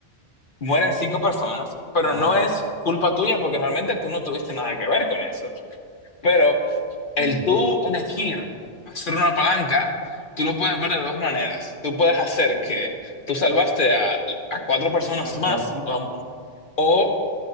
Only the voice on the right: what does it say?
ajá,
mm,
a
cuatro.